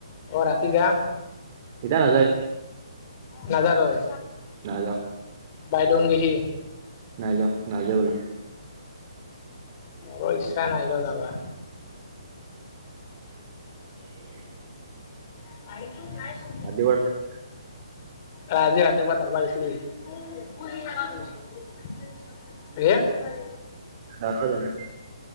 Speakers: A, on the left (about 30°); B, on the right (about 30°).
A: ৰাতি যাম।
B: এতিয়া নাযায়
A: নাজাৰয়।
B: না য।
A: বাই দউন গৈছি।
B: নাই যোৱা নাই যোৱা বোলে।
A: মোৰো ইচ্ছা নাই ৰ যাবা।
B: <inaudible>
A: <inaudible>
B: <unintelligible>
A: ৰাজি ৰাজতিুৱ দৰবা গছিলি। <unintelligible>
B: <unintelligible> জানে।